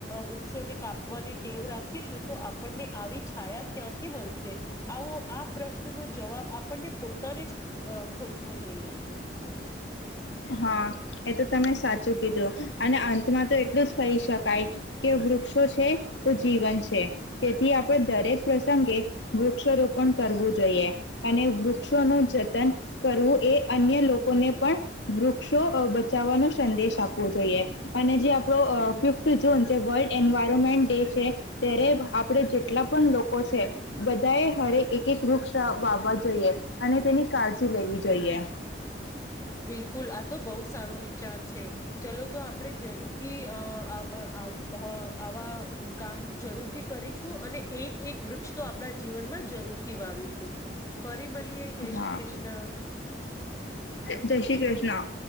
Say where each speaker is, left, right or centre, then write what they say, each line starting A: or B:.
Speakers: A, on the left; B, on the left.
A: વૃક્ષોને કાપવાની ટેવ રાખીશું તો આપડને આવી છાયા ક્યાંથી મળ શે. આવો આ પ્રશ્નનો જવાબ આપડને પોતાને જ અ ખોજવો જોઈએ.
B: હા. એ તો તમે સાચું કીધું અને અંતમાં તો એટલું જ કહી શકાય કે વૃક્ષો છે તો જીવન છે. તેથી આપડે દરેક પ્રસંગે વૃક્ષારોપણ કરવું જોઈએ. અને વૃક્ષોનું જતન કરવું એ અન્ય લોકો ને પણ વૃક્ષો બચાવાનો સંદેશ આપવો જોઈએ. અને જે આપડો અ ફિફ્થ જૂન જે વર્લ્ડ એન્વાયરમેન્ટ ડે છે. ત્યારે આપડે જેટલા પણ લોકો છે બધાએ હરેક એક એક વૃક્ષ વાવવા જોઈએ. અને તેની કાળજી લેવી જોઈએ.
A: બિલકુલ, આ તો બઉ સારો વિચાર છે. ચલો તો આપડે જરૂર થી અ અ હન આવા કામ જરૂરથી કરીશું અને એક-એક વૃક્ષ તો આપડા જીવનમાં જરૂરથી વાવીશું. ફરી મલીએ જય
B: હા
A: શ્રી કૃષ્ણ.
B: જય શ્રી કૃષ્ણ.